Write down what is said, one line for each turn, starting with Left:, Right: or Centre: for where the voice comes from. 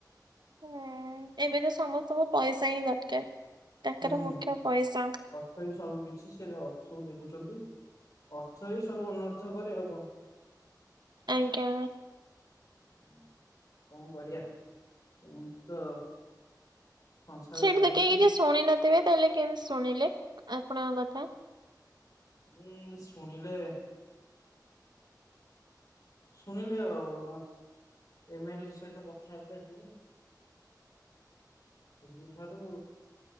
Right: ହୁଁ ଏବେ ତ ସମସ୍ତଙ୍କୁ ପଇସା ହିଁ ଦରକାର। ତାଙ୍କର
Left: ହୁଁ
Right: ମୁଖ୍ୟ
Left: ହୁଁ
Right: ପଇସା।
Left: ଅର୍ଥ୍ ର୍ଥ ହିଁ ସବୁ କିଛି ସିଏ ବି ଅର୍ଥକୁ ଦେଖୁଛନ୍ତି ଅର୍ଥ ହିଁ ସବୁ ଅନର୍ଥ କରେ ଆଉ କଣ।
Right: ଆଜ୍ଞା।
Left: ଉ କଣ କରିବା ଏମିତି ତ ସଂସାର
Right: ସେଇଠି
Left: ଚାଲିଛି
Right: ତ କେହି କିଛି ଶୁଣି ନଥିବେ ତାହେଲେ କେମିତି ଶୁଣିଲେ ଆପଣଙ୍କ କଥା?
Left: ଉଁ ଶୁଣିଲେ ଶୁଣିଲେ ଆଉ ଏମ୍ ଏଲ୍ ଏ ସହିତ କଥାବାର୍ତ୍ତା ହେଲି ସେଇଠାରୁ